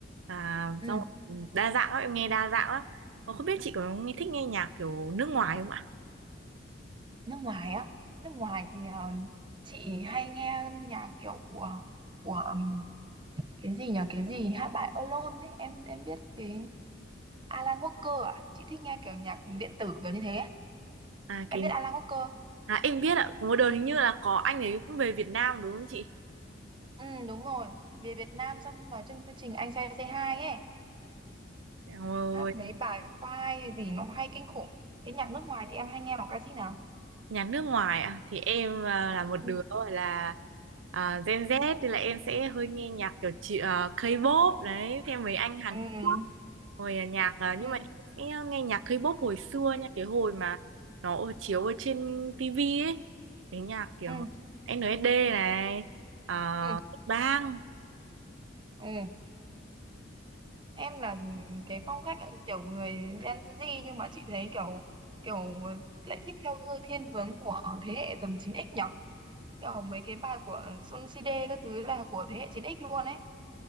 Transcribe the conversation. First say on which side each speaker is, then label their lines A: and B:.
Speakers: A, on the right; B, on the right.
A: À,
B: ừ.
A: xong rồi đa dạng lắm, em nghe đa dạng lắm. Mà Không biết chị có nghe thích nghe nhạc kiểu nước ngoài không ạ?
B: nước ngoài á nước ngoài thì ờ, chị hay nghe nhạc kiểu của của ừm, cái gì nhỉ cái gì hát bài Alone ấy em em biết cái Alan Walker à chị thích nghe kiểu nhạc điện tử kiểu như thế ấy.
A: À,
B: em
A: cái
B: biết Alan Walker không?
A: À, em biết ạ, có một đợt hình như là có anh ấy cũng về Việt Nam đúng không chị?
B: ừ đúng rồi về Việt Nam xong vào chương chương trình Anh Trai Say Hi ấy
A: Rồi,
B: hát mấy bài file hay gì nó hay kinh khủng thế nhạc nước ngoài thì em hay nghe một ca sĩ nào
A: nhà nước ngoài ạ, thì em à, là một
B: ừ.
A: đứa gọi là à, Gen Z thì là em sẽ hơi nghe nhạc kiểu chị à, K-pop đấy, theo mấy anh Hàn
B: ừ
A: Quốc. Hồi à, nhạc à,
B: ừ
A: nhưng mà em sẽ nghe nhạc K-pop hồi xưa nha, cái hồi mà nó chiếu ở trên TV ấy. Cái nhạc kiểu
B: ừ
A: NSD này, uh,
B: ừ
A: Bang,
B: ừ em là cái phong cách kiểu người Gen Z nhưng mà chị thấy kiểu kiểu lại thích theo hư thiên hướng của thế hệ tầm chín x nhở kiểu mấy cái bài của Sun CD các thứ là của thế hệ chín x luôn ấy